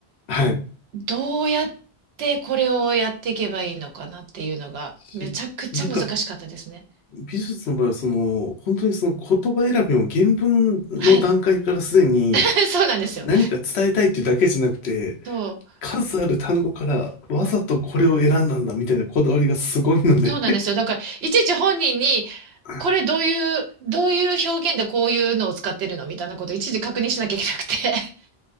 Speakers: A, on the left; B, on the right.
A: <laughs> はい。
B: どうやってこれをやっていけばいいのかなっていうのが、
A: しなんか、
B: めちゃくちゃ難しかったですね。
A: 美術の場合は、その、本当にその言葉選びも原文の段階からすでに、
B: はい。<laughs> そうなんですよ。
A: 何か伝えたいっていうだけじゃなくて、
B: そう。
A: 数ある単語からわざとこれを選んだんだみたいなこだわりがすごいので
B: そうなんですよ。だから、いちいち本人に、
A: <laughs>
B: これどういう、どういう表現でこういうのを使ってるのみたいなことをいちいち確認しなきゃいけなくて。